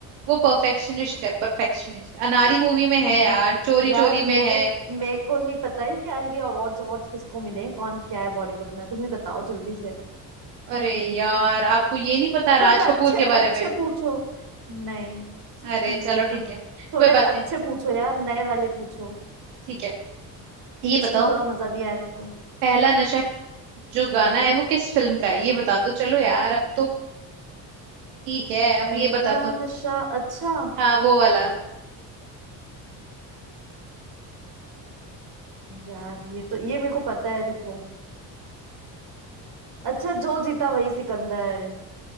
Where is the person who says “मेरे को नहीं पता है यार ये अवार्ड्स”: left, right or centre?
Right